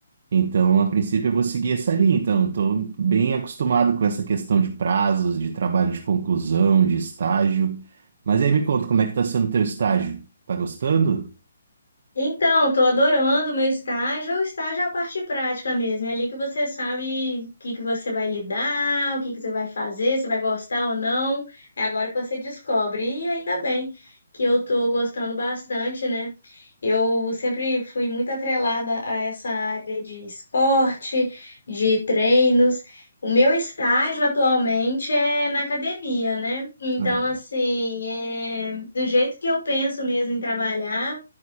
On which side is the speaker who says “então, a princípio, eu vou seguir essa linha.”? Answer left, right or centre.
Right